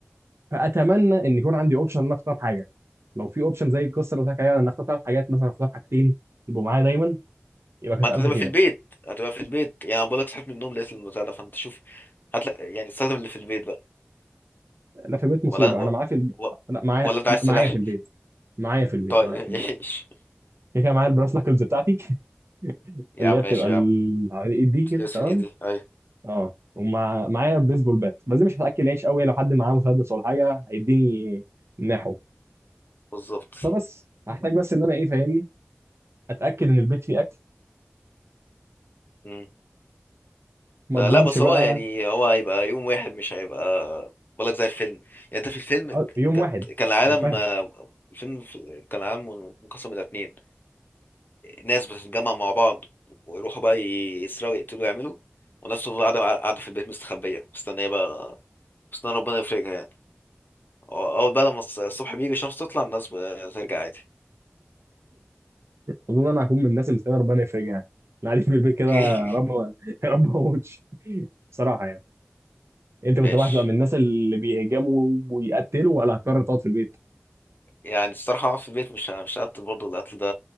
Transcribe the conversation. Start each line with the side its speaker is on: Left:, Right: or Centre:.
Right: فاتمنى ان يكون عندي اوبشن ان أنا اختار حاجه لو في اوبشن زي القصه اللي قلت لك عليها ان اختار ثلاث حاجات مثلا اختار حاجتين يبقوا معايا دايما يبقى كانت
Left: ما انت
Right: الف
Left: هتبقى
Right: خيرك
Left: في البيت هتبقى في البيت يعني انا بقول لك صحيت من النوم لقيت البتاع ده فانت شوف هتلاقي يعني استخدم اللي في البيت بقى
Right: انا في البيت مصيبه
Left: ولا و...
Right: انا معايا في الب...
Left: و...
Right: لا معايا
Left: ولا انت
Right: لا
Left: عايز سلاح
Right: معايا في البيت معايا في البيت
Left: طيب
Right: معايا
Left: <laughs>
Right: في البيت
Left: ايش
Right: كده كده معايا البراس ناكلز بتاعتي <laughs>
Left: يا
Right: اللي
Left: عم
Right: هي بتبقى
Left: ماشي
Right: ال-
Left: يا عم
Right: على الايد دي كده
Left: بس
Right: تمام
Left: في الايد دي ايوه
Right: اه ومع معايا بيسبول بات بس دي مش هتاكل عيش قوي لو حد معاه مسدس ولا حاجه هيديني ناحو
Left: بالظبط
Right: فبس هحتاج بس ان انا ايه فاهمني اتاكد ان البيت فيه اكل
Left: مم.
Right: ما
Left: ط- لا
Right: اضمنش
Left: بس
Right: بقى
Left: هو يعني هو هيبقى يوم واحد مش هيبقى بقول لك زي الفيلم يعني انت في الفيلم
Right: آه، يوم
Left: كانت
Right: واحد
Left: كان العالم
Right: انا فاهم
Left: آه، الفيلم في- كان العالم منقسم الى اتنين ناس بتتجمع مع بعض ويروحوا بقى يسرقوا يقتلوا يعملوا وناس تفضل قاعدة قاعدة في البيت مستخبية مستنية بقى مستنية ربنا يفرجها يعني أول بقى لما الص- الصبح بيجي الشمس تطلع الناس بترجع عادي
Right: اظن انا هكون من الناس اللي استنى ربنا يفرجها يعني انا قاعد في البيت كده
Left: <laughs>
Right: يا رب ما- <laughs> يا رب ما اموتش صراحه يعني انت كنت
Left: ماشي
Right: واحد بقى هتبقى من الناس اللي بيهجموا ويقتلوا ولا هتقرر تقعد في البيت
Left: يعني الصراحة في البيت مش ه- مش هقتل برضه القتل ده